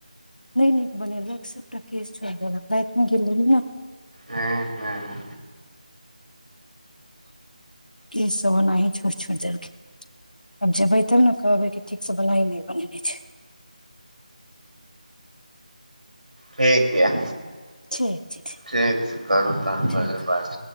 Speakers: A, on the left (about 85°); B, on the right (about 75°).
A: नीक बनेलक सबटा केश छोड़ देलक रातिमे गेल रहली ने
B: हँ हँ
A: किसभ ओनाही छोट छोड़ देलकै आब जेबै तब ने कहबै कि ठीकसँ ओनाही नहि बनेने छै
B: ठीक य
A: ठीक ठीक
B: ठ छै करू तन
A: छै।
B: फजे बात